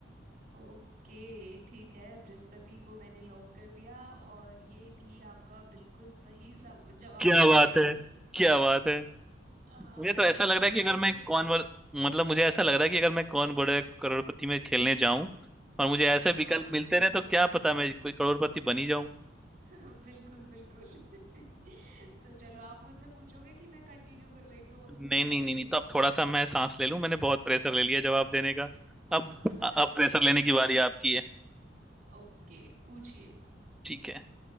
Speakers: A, on the right; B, in the centre.
A: ओके ठीक है बृहस्पति को मैंने लॉक कर दिया और ये भी आपका बिल्कुल सही सब जवाब
B: क्या बात
A: है <laughs>
B: है क्या बात है
A: आ,
B: मुझे तो ऐसा
A: इस बार
B: लग रहा है कि
A: तो
B: अगर मैं
A: ल-
B: कौन वर... मतलब मुझे ऐसा लग रहा है कि अगर मैं कौन बड़े करोड़पति में खेलने जाऊं और मुझे ऐसे
A: हाँ
B: विकल्प मिलते रहे तो क्या पता मैं कोई करोड़पति बन ही जाऊं
A: <laughs> बिल्कुल बिल्कुल <laughs> तो चलो आप मुझसे पूछोगे कि मैं कंटिन्यू करूँ एक दो और
B: नहीं
A: पूछूं
B: नहीं
A: आपसे
B: नहीं नहीं तो अब थोड़ा सा मैं सांस ले लूं मैंने बहुत प्रेशर ले लिया जवाब देने का
A: <laughs>
B: अब अब
A: अच्छा
B: प्रेशर लेने
A: ठीक
B: की बारी
A: है
B: आपकी है
A: ओके पूछिए
B: ठीक है